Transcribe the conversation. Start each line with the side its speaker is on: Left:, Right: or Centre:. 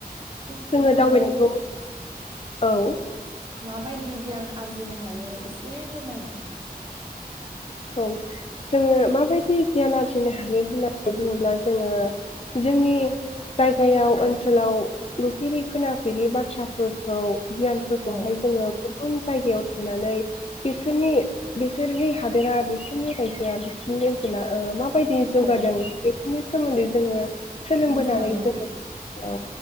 Right: थिग बेबायदिनो
Left: जोङो दावबायनायखौ औ
Right: माबायदि गियान आरजिनो हायो एसे फोरमायलाय?
Left: औ जोङो माबायदि गियान आरजिनो हायो होननानै बुङोब्ला जोङो जोंनि जायगायाव ओनसोलाव नुफेरि खोनाफेरि बाथ्राफोरखौ गियानफोरखौहाय
Right: औ
Left: जोङो गुबुन जायगायाव थांनानै बिसोरनि बिसोरनि हादोरा बिसोरनि रायजोआ बिसोरनि ओनसोला ओ मा बायदि जौगादों
Right: औ
Left: बे नि सोमोन्दै जोङो सोलोंबोनानै
Right: मोनथिना मोनो
Left: जोङो औ